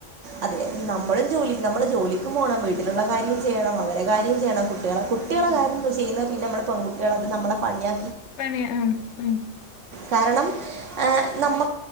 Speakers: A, on the right; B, on the left.
A: അതെ നമ്മളും ജോലി നമ്മള് ജോലിക്കും പോണം വീട്ടിലുള്ള കാര്യ ങ്ങൾ ചെയ്യണം അവരെ കാര്യം ചെയ്യണം കുട്ടികള കുട്ടികള
B: ഉം
A: കാര്യ ചെയ്യുന്നത് പിന്നെ പെകുട്ടികൾത് നമ്മെ പണിയാ
B: പണിയ ആഹ് ഉം
A: കാരണം നമ്മ